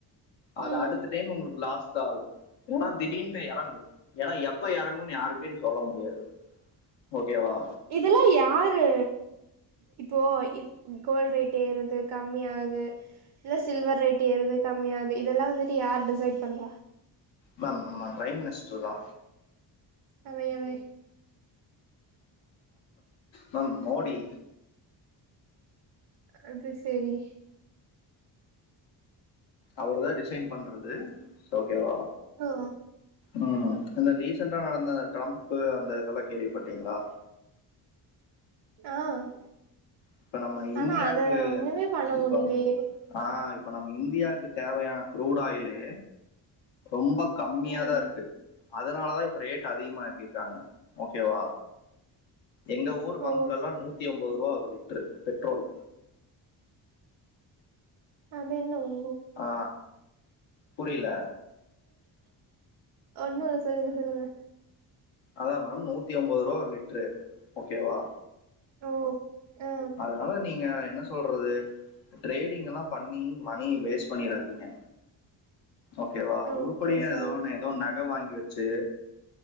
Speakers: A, on the left; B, on the right.
A: அது
B: ம்
A: அடுத்த டைம் உங்களுக்கு லாஸ் தா ஆவு ஏன்னா திடீன்ட்டு எறங்கு ஏன்னா எப்ப எறங்குன்னு யாருக்கு எது சொல்ல முடியாது ஓகேவா
B: இதெல்லா யாரு இப்போ கோல்டு ரேட் ஏறுது கம்மியாது இல்ல சில்வர் ரேட் ஏறுது கம்மியாது இதெல்லா வந்துட்டு யார் டிசைட் பண்றா
A: மேம் நம்ம பிரைம் மினிஸ் டர்தா
B: அவே அவே
A: மேம் மோடி
B: அது சேரி
A: அவரு தா டிசைன் பண் ணது ஓகேவா
B: ஓ
A: ம் இந்த லீசன்டா நடந்த ட்ரம்பு அந்த இதெல்லா கேள்விப்பட்டீங்ளா
B: ஆ
A: இப்ப நம்ம இந்தியாக்கு
B: ஆனா அத ஒண்ணுமே பண்ண
A: இப்போ
B: முடியலையே
A: ஆ இப்ப நம்ம இந்தியாக்கு தேவயான க்ரூடு ஆயிலு ரொம்ப கம்மியா
B: ம்
A: தா இருக்கு அதனால தா இப்ப ரேட் அதிகமா ஆக்கிர்காங்க ஓகேவா எங்க ஊர் பங்குல
B: ஓ
A: லா நூத்தி ஒம்பது ரூபா வருது பெட்ரோல்
B: அது என்னது
A: ஆ புரியில
B: ஒண்ணு இல்ல சொல்லுங்க சொல்லுங்க
A: அதா மேம் நூத்தி ஒம்பது ரூபா ஒரு லிட்ரு ஓகேவா
B: ஓ ஆ
A: அதனால நீங்க என்ன சொல்றது ட்ரேடிங் லா பண்ணி மணி வேஸ்ட் பண்ணிறாதீங்க ஓகேவா
B: ஓகே
A: உருப்படியா
B: சார்
A: ஏதோ ஒன்னு ஏதோ ஒன்னு நக வாங்கி வச்சு